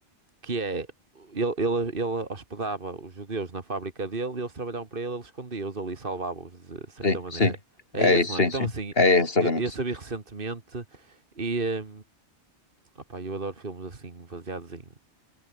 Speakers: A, on the right; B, on the left.
A: que é, ele, ele, ele hospedava os judeus na fábrica dele e eles trabalhavam para ele, ele escondia-os ali, salvava-os de certa
B: Sim,
A: maneira.
B: sim,
A: É
B: é
A: esse,
B: isso,
A: não
B: sim,
A: é? Então,
B: sim,
A: assim,
B: é exatamente.
A: eu, eu só recentemente e, eh, opá, eu adoro filmes assim, baseados em